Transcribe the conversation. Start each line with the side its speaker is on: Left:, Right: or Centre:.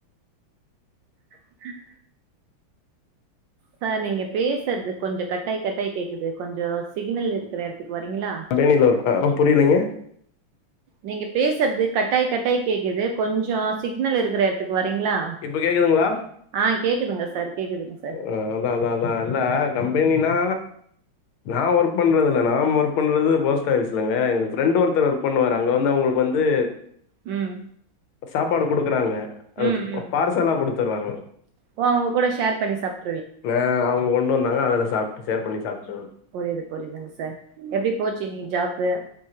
Right: உஹம் சார் நீங்க பேசுறது கொஞ்சம் கட்டாய கட்டாய் கேக்குது கொஞ்சம் சிக்னல் இருக்கிற இடத்துக்கு வரீங்களா
Left: வேனில இருக்கேன் ஆ புரியலைங்க
Right: நீங்க பேசுறது கட்டாய் கட்டாய் கேக்குது கொஞ்சம் சிக்னல் இருக்கற இடத்துக்கு வரீங்களா
Left: இப்போ கேக்குதுங்களா
Right: ஆ கேக்குதுங்க சார் கேக்குதுங்க சார்
Left: ஆ அதான் அதான் அதான் இல்ல கம்பெனின்னா நா ஒர்க் பண்றது இல்ல நான் ஒர்க் பண்றது போ ஆபிஸ்லங்க எங்க ஃரெண்ட்
Right: ம்
Left: ஒருத்தர் ஒர்க் பண்ணுவாரு அங்க வந்து அவங்களுக்கு வந்து
Right: ம்
Left: சாப்பாடு குடுக்குறாங்க அது
Right: ம் ம்
Left: பார்சலா கொடுத்துடுறாங்க
Right: ஓ அவங்க கூட ஷேர் பண்ணி சாப்ப
Left: ந அவங்க கொண்டு வந்தாங்க அதல்லாம் சாப்பிட்டு ஷேர் பண்ணி சாப்பிட்டு
Right: புரியுது புரியுதுங்க சார் எப்படி போச்சு இன்னைக்கு ஜாப்பு?